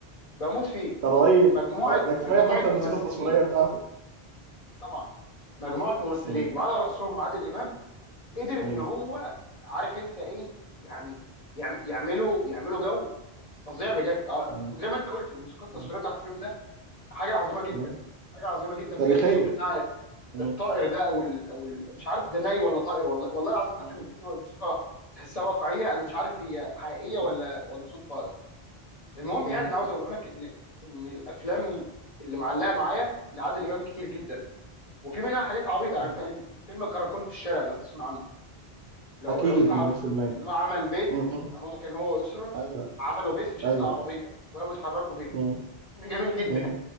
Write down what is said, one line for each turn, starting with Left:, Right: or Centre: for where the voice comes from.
Left: بموت فيه
Right: ده رهيب
Left: مجموعه
Right: اه ده
Left: مجموعه
Right: كفايه حتى الموسيقى
Left: ممثلين
Right: التصويريه بتاعته
Left: طبعا مجموعه ممثلين
Right: مم.
Left: وعلى راسهم عادل امام قدر
Right: مم.
Left: ان هو عارف انت ايه يعني يعم- يعملوا يعملوا جو فظيع بجد اه
Right: مم.
Left: وزي ما انت قلت الموسيقى التصويريه
Right: مم.
Left: بتاعت الفيلم ده حاجه عظيمه جدا
Right: مم.
Left: حاجه عظيمه جدا
Right: تاريخية
Left: بجد الصوت بتاع
Right: مم.
Left: الطائر ده او ال او ال مش عارف ده ناي ولا طائر والله والله العظيم حتى
Right: مم.
Left: من كتر ما الموسيقى تحسها واقعيه انا مش عارف هي حقيقيه
Right: مم.
Left: ولا ولا صوت طائر المهم
Right: مم.
Left: يعني انا عاوز اقوله لك ان ان الافلام اللي معلقه معايا لعادل امام كتير جدا وفي منها حاجات عبيطه يعني
Right: مم.
Left: في- فيلم كراكون في الشارع لو تسمع عنه لو
Right: أكيد
Left: لو انت عارفه
Right: مليون في المية
Left: اللي هو عمل بيت
Right: مم.
Left: هو كان هو ويسرا
Right: أيوه
Left: عملوا بيت في شكل
Right: أيوه
Left: عربيه وقاموا يتحركوا بيه
Right: مم.
Left: <laughs> جميل جدا
Right: مم.